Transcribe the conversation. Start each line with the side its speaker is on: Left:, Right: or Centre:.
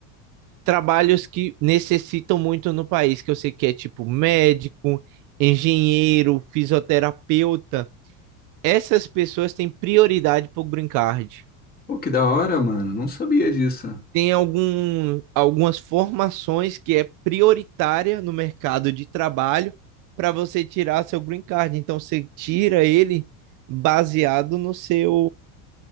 Right: trabalhos que necessitam muito no país, que eu sei que é tipo médico, engenheiro, fisioterapeuta. Essas pessoas têm prioridade pro Green Card.
Left: Pô, que da hora, mano. Não sabia disso. Ah,
Right: tem algum, algumas formações que é prioritária no mercado de trabalho para você tirar seu green card. Então você tira ele baseado no seu